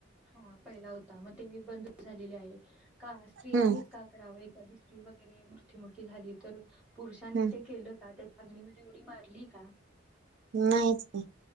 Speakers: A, in the centre; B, on the right.
A: हा पहिला होता मग ते- बंदच झालेले आहे. का स्त्रियांनीच
B: हम्म
A: का कराव- कधी श्री वगैरे मृत्युमुखी झाली तर, पुरुषांनी
B: हम्म
A: ते केलं का? अग्नी मध्ये उडी मारलीय का?
B: नाहीच की-